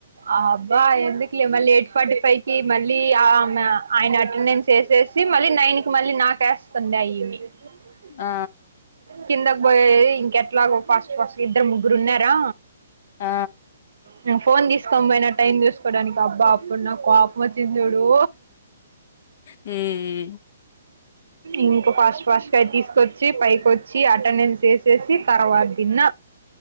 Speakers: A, on the right; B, on the left.
A: అబ్బా ఎందుకులే మళ్ళీ ఎయిట్ ఫార్టీ ఫైవ్ కి మళ్ళీ ఆమె ఆయన అటెండెన్స్ వేసే మళ్ళీ నైన్కి మళ్ళీ నాక వేస్తుంది అవిమి <unintelligible>
B: ఆ
A: కిందకి పోయేది ఇంకెట్లాగో ఫస్ట్ ఫస్ట్ ఇద్దరు ముగ్గురు ఉన్నారా
B: ఆ
A: నేను ఫోన్ తీసుకోని పోయినా టైం చుసుకోవడానికి అబ్బా అప్పుడు నాకు కోప్ వచ్చింది చూడు
B: హ్మ్
A: ఇంక ఫాస్ట్ ఫాస్ట్గా తీసుకొచ్చి పైకి వచ్చి అటెండెన్స్ వేసేసి తర్వాత తిన్న